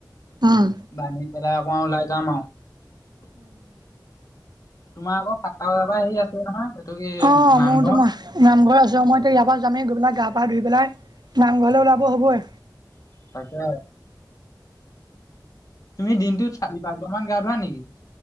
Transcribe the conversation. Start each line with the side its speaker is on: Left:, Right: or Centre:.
Right: উম
Left: বান্ধি পেলাই অকমান ওলাই যাম আৰু। তোমাৰ আকৌ সাতটা বজাৰ পৰা হেৰি আছে নহয় এইটো কি
Right: অ,
Left: নামঘৰ
Right: মোৰতো ম নামঘৰ আছে। মই এতিয়া ইয়াৰ পৰা যামেই গৈ। আপোনাৰ গা পা ধুই পেলাই নামঘৰলৈ ওলাব হ'বই।
Left: তাকে। তুমি দিনটোত চাৰি পাঁচ বা মান গা ধোৱা নেকি।